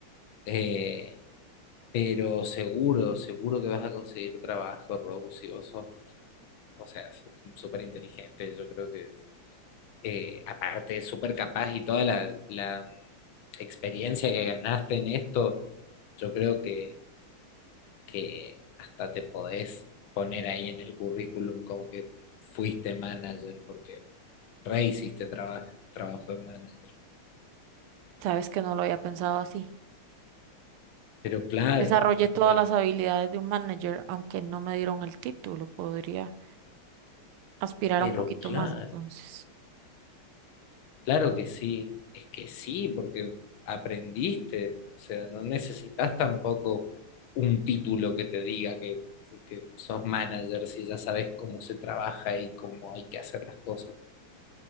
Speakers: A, on the left; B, on the right.
A: Eh, pero seguro, seguro que vas a conseguir trabajo, Rose, si vos sos O sea, es súper inteligente, yo creo que eh, aparte es súper capaz y toda la, la mm, experiencia que ganaste en esto, yo creo que, que hasta te podés poner ahí en el currículum como que fuiste manager, porque re hiciste trabajo, trabajo de manager.
B: Sabes que no lo había pensado así.
A: Pero claro,
B: Desarrollé
A: aprovecho.
B: todas las habilidades de un manager, aunque no me dieron el título. Podría aspirar
A: Pero
B: a un poquito
A: claro.
B: más entonces.
A: Claro que sí, es que sí, porque aprendiste, o sea, no necesitas tampoco un título que te diga que, que sos manager si ya sabes cómo se trabaja y cómo hay que hacer las cosas,